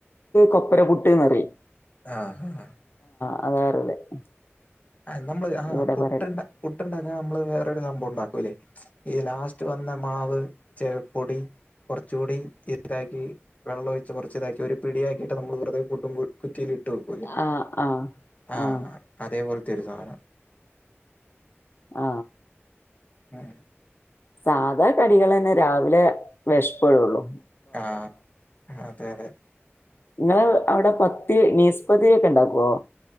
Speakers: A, on the left; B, on the left.
A: കൊപ്പര പുട്ട് ന്ന് പറിം
B: ആ ആ
A: <unintelligible>
B: ആ നമ്മള് ആ
A: ഇവിടെ
B: പുട്ടണ്ട
A: പറയല്
B: പുട്ടുണ്ടാക്ക നമ്മള് വേറരു സംഭവം ഉണ്ടാക്കുല്ലേ ഈ ലാസ്റ്റ് വന്ന മാവ് ചെപ്പൊടി കുറച്ചുകൂടി ഇതാക്കി വെള്ളം ഒെച്ച് കുറച്ച് ഇതാക്കി ഒരു പിടിയാക്കിട്ട് നമ്മൾ വെറുതെ പുട്ടും റ്റിൽ ഇട്ട് വെക്കുലെ
A: ആഹ് ആഹ്
B: ആ
A: ആഹ്
B: അതെ പോലെത്‌ തിരുതാന
A: ആ
B: ആ
A: സാധാ കടികൾ ന്നെ രാവിലെ വിഷപ്പെടുള്ളു
B: ആ അ അതെ അതെ
A: ങ്ങള് അവിടെ പത്തി നൈസ്പത്തിരി ഒക്കെണ്ടാക്കോ